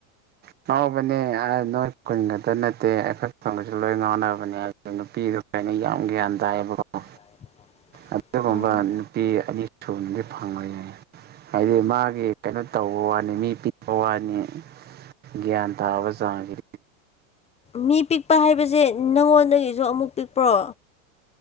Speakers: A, on the right; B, on the left.
A: ꯉꯥꯎꯕꯅꯦ ꯅꯣꯏ ꯀꯨꯟꯒꯗ ꯅꯠꯇꯦ ꯑꯩꯐ ꯐꯪꯒꯁꯨ ꯂꯣꯏ ꯉꯥꯎꯅꯕꯅꯦ ꯅꯨꯄꯤꯗ ꯌꯥꯝ ꯒ꯭ꯌꯥꯟ ꯇꯥꯏꯌꯦꯕꯀꯣ
B: <unintelligible>
A: ꯑꯗꯨꯒꯨꯝꯕ
B: ꯎꯝ
A: ꯅꯨꯄꯤ ꯑꯅꯤ ꯁꯨꯕꯅꯗꯤ ꯐꯪꯕ ꯌꯥꯏ ꯍꯥꯏꯗꯤ ꯃꯥꯒꯤ ꯀꯩꯅꯣ ꯇꯧꯕ ꯋꯥꯅꯤ ꯃꯤ ꯄꯤꯕ ꯋꯥꯅꯤ ꯒ꯭ꯌꯥꯟ ꯇꯥꯕ ꯆꯥꯈꯤ
B: ꯃꯤ ꯄꯤꯛꯄ ꯍꯥꯏꯕꯁꯦ ꯅꯪꯉꯣꯟꯗꯒꯤꯁꯨ ꯑꯃꯨꯛ ꯄꯤꯛꯄ꯭ꯔꯣ